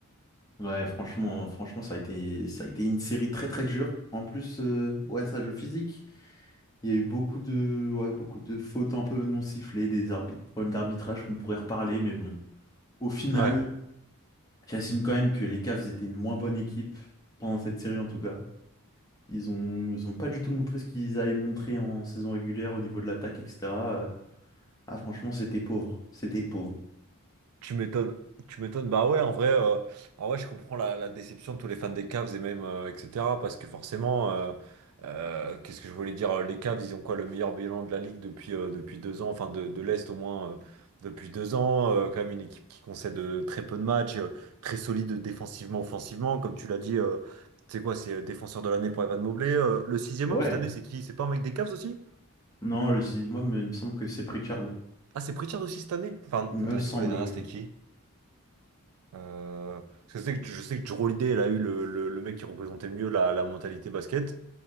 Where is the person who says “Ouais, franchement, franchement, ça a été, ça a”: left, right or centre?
Left